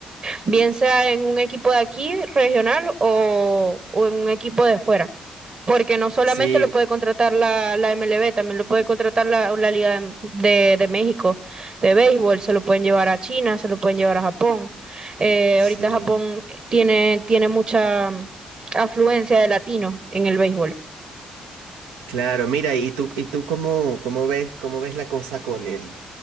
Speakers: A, on the right; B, on the right.
A: bien sea en un equipo de aquí, regional, o, o en un equipo de fuera. Porque no solamente
B: sí,
A: lo puede contratar la, la MLB, también lo puede contratar la, la Liga de, de- de México de béisbol, se lo pueden llevar a China, se lo pueden llevar a Japón. Eh,
B: sí.
A: ahorita Japón tiene, tiene mucha afluencia de latinos en el béisbol.
B: Claro, mira, ¿y tú, y tú cómo, cómo ves, cómo ves la cosa con él?